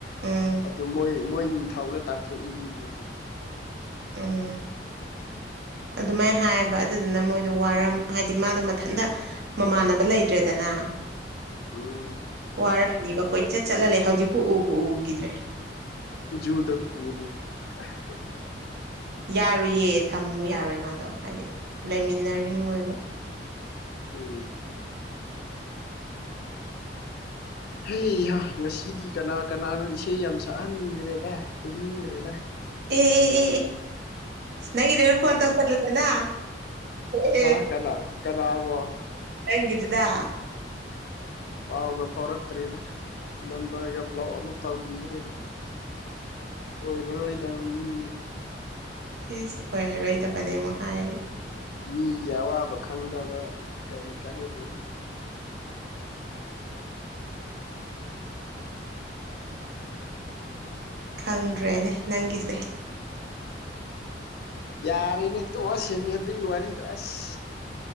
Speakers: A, on the right (about 60°); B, on the left (about 60°).
A: ꯎꯝ
B: ꯑꯗꯨ ꯃꯣꯏ ꯃꯣꯏ ꯅꯤꯡꯊꯧꯅ ꯇꯥꯟꯊꯣꯛꯏꯅꯤꯌꯦ ꯑꯗꯨ
A: ꯎꯝ ꯑꯗꯨꯃꯥꯏ ꯍꯥꯏ ꯑꯗꯨꯗꯨꯅ ꯃꯣꯏꯗꯣ ꯋꯥꯔꯝ ꯍꯥꯏꯗꯤ ꯃꯗꯣ ꯃꯊꯟꯗ ꯃꯃꯥꯟꯅꯕ ꯂꯩꯇ꯭ꯔꯦꯗꯅ
B: ꯎꯝ
A: ꯋꯥꯔꯝꯅꯤꯕ ꯀꯣꯏꯆꯠ ꯆꯠꯂ ꯂꯩ ꯍꯧꯖꯤꯛꯄꯨ ꯎꯕꯨ ꯎꯒꯤꯗ꯭ꯔꯦ
B: ꯖꯨꯗ ꯄꯨꯔꯣ ꯑꯍ
A: ꯌꯥꯔꯣꯏꯌꯦ ꯊꯝꯃꯨ ꯌꯥꯔꯣꯏ ꯃꯥꯗꯣ ꯍꯥꯏꯗꯤ ꯂꯩꯃꯤꯟꯅꯔꯤꯡꯉꯣꯏꯕ
B: ꯎꯝ ꯍꯩ ꯍꯥ ꯉꯁꯤꯗꯤ ꯀꯅꯥ ꯀꯅꯥꯅꯣ ꯏꯁꯩ ꯌꯥꯝ ꯁꯛꯍꯟꯅꯤꯡꯈ꯭ꯔꯦꯗꯥꯏ ꯇꯨꯝꯅꯤꯡꯈ꯭ꯔꯦꯗꯥ
A: ꯑꯦ ꯑꯦ ꯑꯦ ꯅꯪꯒꯤꯗꯨꯗ ꯐꯣꯟ ꯇꯧꯁꯜꯂꯨꯗꯅ ꯑꯦ
B: ꯍꯥ ꯀꯅꯥ ꯀꯅꯥꯕꯣ
A: ꯅꯪꯒꯤꯗꯨꯗ
B: ꯄꯥꯎꯒ ꯐꯥꯎꯔꯛꯇ꯭ꯔꯦꯗ ꯅꯝꯕꯔꯒ ꯕ꯭ꯂꯣꯛ ꯑꯃꯨꯛ ꯇꯧꯕꯤꯈ꯭ꯔꯦꯗ ꯑꯣꯏꯔꯔꯣꯏꯗꯕ ꯃꯤꯅꯤꯗ
A: ꯏꯁ ꯑꯣꯏꯔꯔꯣꯏꯗꯕꯅꯦ ꯑꯃꯨꯛ ꯍꯥꯏꯔꯦ
B: ꯃꯤꯒꯤ ꯑꯋꯥꯕ ꯈꯪꯗꯕ ꯀꯔꯤ ꯀꯥꯟꯅꯗꯣꯏꯅꯣ
A: ꯈꯪꯗ꯭ꯔꯦꯅꯦ ꯅꯪꯒꯤꯁꯦ
B: ꯌꯥꯔꯦꯅꯦ ꯇꯣꯛꯑꯁꯅꯤ ꯑꯗꯨꯒꯤ ꯋꯥꯔꯤꯗꯣ ꯑꯁ